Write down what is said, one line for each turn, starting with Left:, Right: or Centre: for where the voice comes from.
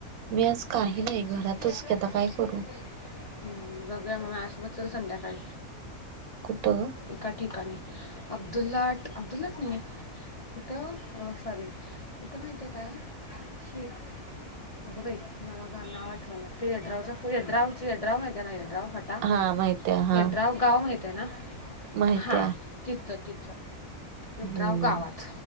Right: मी आज
Left: म्हणजे
Right: काही
Left: विदिन
Right: नाही
Left: सिक्स्टी
Right: घरातच
Left: आपला
Right: की आता
Left: मोटिव्ह
Right: काय करू.
Left: करणं गरजेचं आहे बघूया मग माझ्यासोबत चल संध्याकाळी.
Right: कुठं?
Left: एका ठिकाणी अब्दुल्लाट, अब्दुल्लाट नाही. कुठं सॉरी कुठं माहिती आहे काय स्वी अग बाई मला काय आठवना येड्रवच्या येड्रा येड्राव हाय का नाय येड्रावट
Right: हा माहित्या हा
Left: यड्रॉव गाव माहित आहे ना.
Right: माहित्या
Left: हा. तिथं तिथं
Right: हम्म
Left: यद्राव गावात